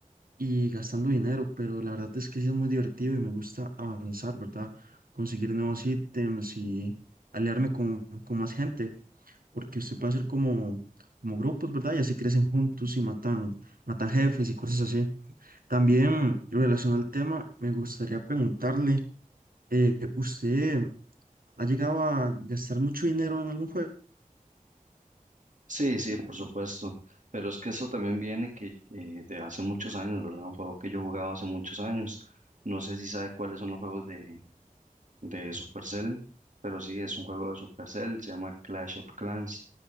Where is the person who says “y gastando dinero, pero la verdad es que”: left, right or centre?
Right